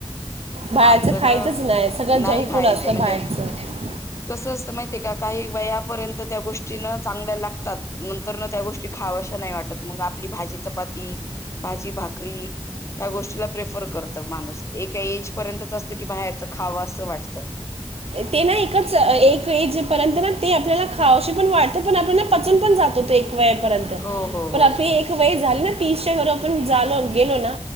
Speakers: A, on the right; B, on the left.
A: बाहेरचं
B: आपलं
A: खायचंच
B: ना
A: नाही सगळं
B: नाही
A: जंक
B: खायच
A: फूड असतं
B: म्हणजे
A: बाहेरचं
B: कस असत माहिय का काही वया पर्यंत त्या गोष्टी न चांगल्या लागतात नंतर न त्या गोष्टी खावशा नाही वाटत मग आपली भाजी चपाती भाजी भाकरी ह्या गोष्टीला प्रेफर करत माणूस एका एज पर्यंतच असतं की बाहेरच खावं असं वाटतं
A: ते ना एकच एकज पर्यंत ना ते आपल्याला खा पण वात पण आपल्या पचून पण जात होतो एक वेपर्यंत
B: हो हो
A: पण
B: हो
A: आप एक वेळ झाली ना ीश आपणलो गेलो ना